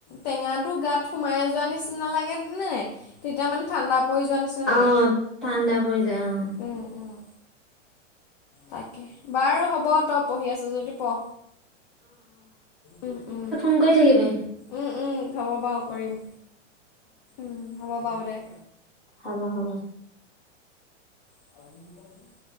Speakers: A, on the left; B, in the centre.
A: টেঙাটো গাত সোমাই যোৱা নিচিনা লাগে নোই। তেতিয়া মানে ঠাণ্ডা পৰি যোৱা নিচিনা
B: অ',
A: লাগে
B: ঠাণ্ডা পৰি যায় অ
A: উম উম। তাকে বাৰু হ'ব তই পঢ়ি আছো যদি প উম উম
B: ক কৰি থাকিবি।
A: উম উম হ'ব বাৰু কৰিম উম হ'ব বাৰু দে
B: হ'ব হ'ব
A: আপোনাৰ